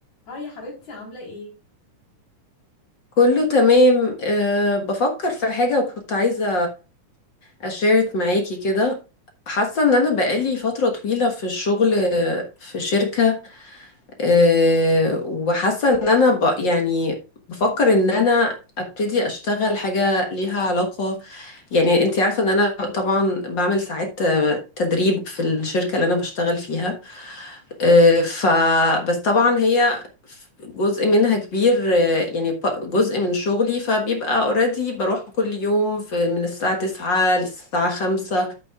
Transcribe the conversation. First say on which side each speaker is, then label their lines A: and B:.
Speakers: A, on the left (about 65°); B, on the left (about 45°).
A: هاي يا حبيبتي عاملة ايه؟
B: كله تمام أه بفكر في حاجة وكنت عايزة أشارك معاكي كده حاسة إن أنا بقالي فترة طويلة في الشغل آه، في شركة أه وحاسة إن أنا ب يعني بفكر إن أنا أبتدي أشتغل حاجة ليها علاقة يعني أنتي عارفة إن أنا طبعا بعمل ساعات تدريب في الشركة اللي أنا بشتغل فيها آه، ف بس طبعا هي جزء منها كبير آه، يعني ب- جزء من شغلي فبيبقى اوريدي بروح كل يوم في من الساعة 9 للساعة 5